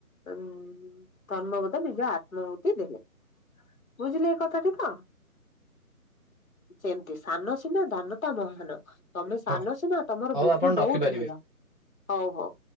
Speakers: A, on the left; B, on the left.
A: ଉ ଧର୍ମପଦ ନିଜ ଆତ୍ମହୂତି ଦେଲେ ବୁଝିଲ ଏ କଥାଟି ତ। ସେମିତି ସାନ ସିନା ଦାନତା ମହାନ। ତମେ ସାନ
B: ହଉ
A: ସିନା ତମର
B: ହଉ
A: ବୁଦ୍ଧି
B: ଆପଣ
A: ବହୁତ
B: ରଖିପାରିବେ।
A: ଭଲ ହଉ ହଉ।